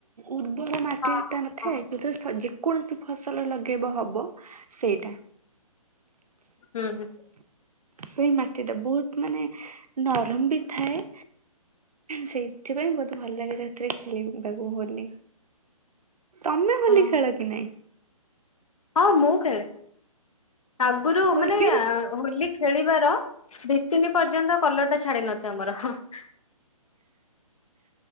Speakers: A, on the right; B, on the left.
A: ଉର୍ବର ମାଟି
B: ହଁ
A: ଟା ନଥାଏ
B: ହଁ
A: ଯଉଥିରେ ସ ଯେକୌଣସି ଫସଲ ଲଗେଇବ ହବ ସେଇଟା
B: ହୁଁ ହୁଁ।
A: ସେଇ ମାଟିଟା ବହୁତ ମାନେ ନରମ ବି ଥାଏ। ସେଇଥିପାଇଁ ବହୁତ ଭଲ ଲାଗେ ସେଥିରେ ଖେଳିବାକୁ ହୋଲି। ତମେ ହୋଲି
B: ହଁ
A: ଖେଳ କି ନାଇଁ?
B: ହଁ ମୁଁ ଖେଳେ ଆଗୁରୁ
A: ହୋଲି
B: ମାନେ ହୋଲି ଖେଳିବାର ଦି ତିନି ପର୍ଯ୍ୟନ୍ତ କଲର ଟା ଛାଡି ନଥିବ ମୋର। <inaudible>